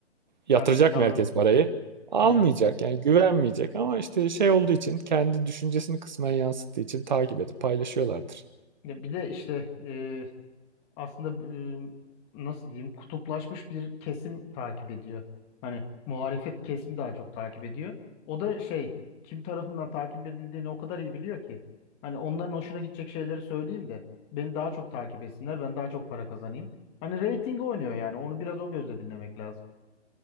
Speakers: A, on the right; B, on the left.
A: yatıracak
B: Hadi gidin alın
A: mı herkes parayı? Almayacak
B: yani.
A: yani güvenmeyecek ama işte şey olduğu için kendi düşüncesini kısmen yansıttığı için takip edip paylaşıyorlardır.
B: Ya Bir de işte e, aslında e, nasıl diyeyim kutuplaşmış bir kesim takip ediyor. Hani muhalefet kesimi daha çok takip ediyor. O da şey kim tarafından takip edildiğini o kadar iyi biliyor ki. Hani onların hoşuna gidecek şeyleri söyleyeyim de beni daha çok takip etsinler ben daha çok para kazanayım. Hani reyting oynuyor yani onu biraz o gözle dinlemek lazım.